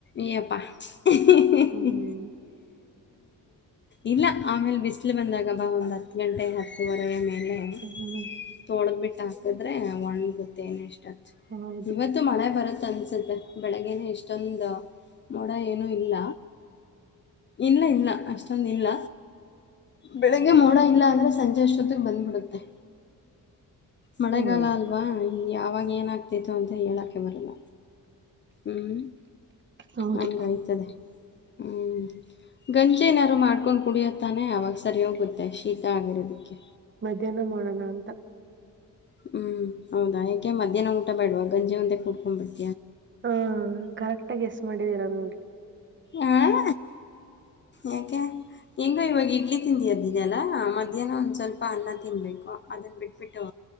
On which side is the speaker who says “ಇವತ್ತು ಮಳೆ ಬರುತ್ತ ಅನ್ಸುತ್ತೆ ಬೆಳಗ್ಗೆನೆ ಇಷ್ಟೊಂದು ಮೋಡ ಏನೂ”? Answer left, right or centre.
Left